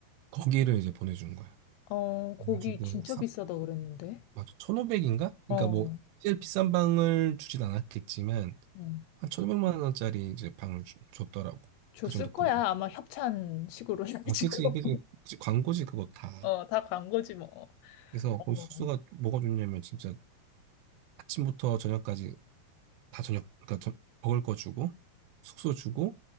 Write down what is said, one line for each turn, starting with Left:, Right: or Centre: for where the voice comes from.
Right: 거기를 이제 보내준 거야.
Left: 어, 거기
Right: 그래가지고
Left: 진짜 비싸다 그랬는데.
Right: 맞아. 1,500인가? 그러니까
Left: 어,
Right: 뭐 제일 비싼 방을 주진 않았겠지만
Left: 응.
Right: 한 1,500만 원짜리 이제 방을 주- 줬더라고.
Left: 줬을
Right: 그 정도
Left: 거야.
Right: 급으로.
Left: 아마 협찬식으로 <laughs> 해가지고.
Right: 아, 그지, 그지, 그지. 광고지 그거 다.
Left: 어, 다 광고지 뭐.
Right: 그래서
Left: 어,
Right: 거기 숙소가 뭐가 좋냐면 진짜 아침부터 저녁까지 다 저녁 그러니까 저- 먹을 거 주고 숙소 주고